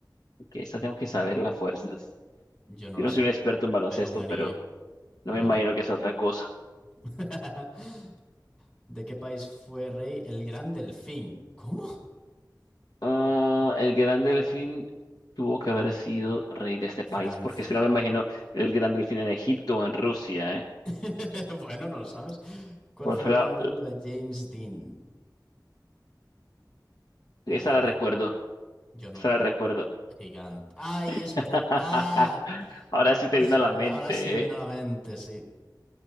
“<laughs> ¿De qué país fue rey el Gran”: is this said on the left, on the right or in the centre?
Left